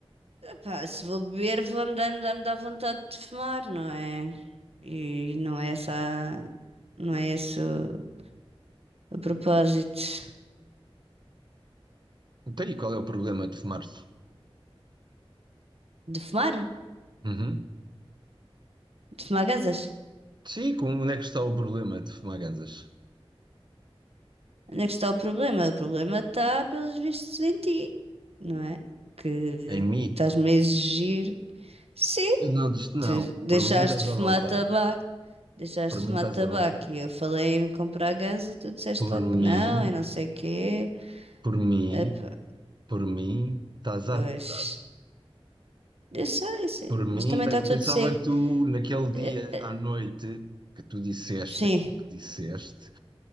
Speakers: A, on the right (about 75°); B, on the right (about 45°).
A: epá, se vou beber, vou-me dando, dá-me dar vontade de fumar, não é? E não é essa, não é esse o, o propósito
B: Então, e qual é o problema de fumar-se?
A: de fumar,
B: Uhum.
A: de fumar ganzas.
B: Sim, com- onde é que está o problema de fumar gansas?
A: Onde é que está o problema? O problema está, pelos vistos, em ti, não é? Que
B: Em mim?
A: estás-me a exigir. Sim,
B: Não, diz- não,
A: tu deixaste
B: por mim estás
A: de
B: à
A: fumar
B: vontade.
A: tabaco Deixaste
B: Por
A: de
B: mim
A: fumar
B: estás
A: tabaco
B: à vontade.
A: e eu falei em comprar gás e tu disseste
B: Por
A: logo que
B: mim,
A: não e não sei o quê.
B: por mim,
A: Epá,
B: por mim, estás
A: pois.
B: à vontade.
A: Eu sei, sei.
B: Por mim,
A: Mas também
B: eu
A: está tudo
B: pensava
A: seco.
B: que tu, naquele dia
A: Eh, eh,
B: à noite, que tu disseste,
A: Sim.
B: que disseste,